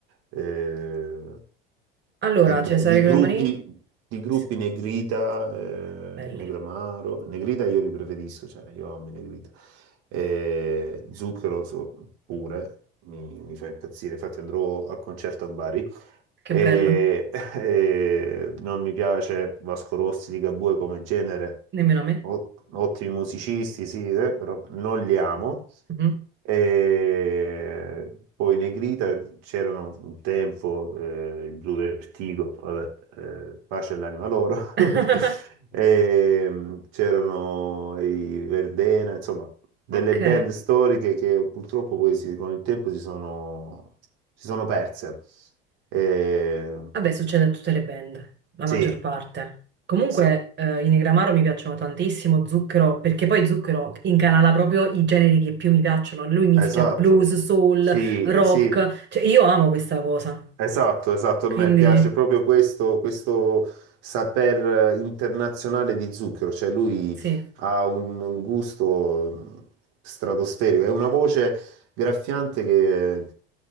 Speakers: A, on the right; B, on the right.
A: Eh,
B: Allora,
A: di, be-
B: Cesare
A: di
B: Cremonini?
A: gruppi, di gruppi
B: Sì,
A: Negrita, eh,
B: Belli,
A: Negramaro. Negrita io li preferisco, cioè io amo i Negrita. Eh, Zucchero so- pure, mi, mi fa impazzire, infatti andrò al concerto a Bari.
B: che
A: E,
B: bello,
A: <laughs> e non mi piace Vasco Rossi, Ligabue come genere,
B: nemmeno a me.
A: Ot- ottimi musicisti, sì, eh, però non li amo.
B: Mhm.
A: E poi Negrita c'erano un tempo eh, il Blu Vertigo, vabbè, eh, pace all'anima loro.
B: <laughs>
A: <laughs> E, mm, c'erano i Verdena, insomma, delle
B: Ok,
A: band storiche che purtroppo poi si- con il tempo si sono, si sono perse. E,
B: vabbè, succede a tutte le band, la
A: sì,
B: maggior parte. Comunque,
A: sì,
B: eh, i Negramaro mi piacciono tantissimo, Zucchero, perché poi Zucchero incanala proprio i generi che più mi piacciono. Lui mischia
A: esatto.
B: blues, soul,
A: Sì,
B: rock,
A: eh, sì.
B: cioè io amo questa cosa.
A: Esatto, esatto,
B: Quindi,
A: a me piace proprio questo, questo saper eh, internazionale di Zucchero, cioè lui
B: sì.
A: ha un un gusto stratosferico, è una voce graffiante che